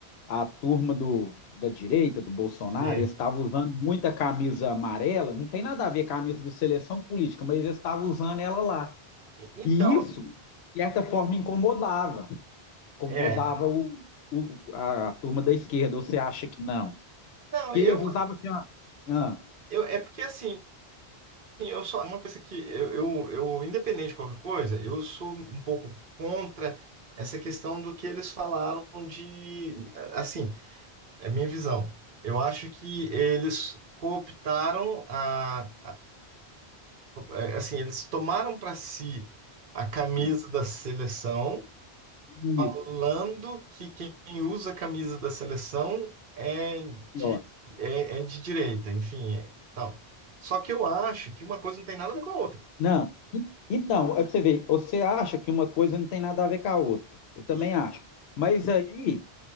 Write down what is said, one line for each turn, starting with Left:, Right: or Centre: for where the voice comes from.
Left: a turma do, da direita, do Bolsonaro,
Right: é.
Left: eles estavam usando muita camisa amarela, não tem nada a ver com a camisa do seleção política, mas eles estavam usando ela lá.
Right: E- Então,
Left: E isso, de certa forma, incomodava. Incomodava
Right: é.
Left: o, o- a, a turma da esquerda, ou você acha que não?
Right: Não,
Left: Porque
Right: eu,
Left: eles usavam assim, ó. Ah,
Right: eu é porque assim, eu só uma coisa que eu, eu, eu, independente de qualquer coisa, eu sou um pouco contra essa questão do que eles falaram de assim, é a minha visão. Eu acho que eles cooptaram a, é, assim, eles tomaram para si a camisa
Left: ah,
Right: da seleção,
Left: isso,
Right: falando que quem usa a camisa da seleção é de,
Left: e ó.
Right: é, é de direita, enfim, é, tal. Só que eu acho que uma coisa não tem nada a ver com a outra.
Left: Não. E- Então, é pra você ver, você acha que uma coisa não tem nada a ver com a outra. Eu também
Right: Sim,
Left: acho. Mas aí.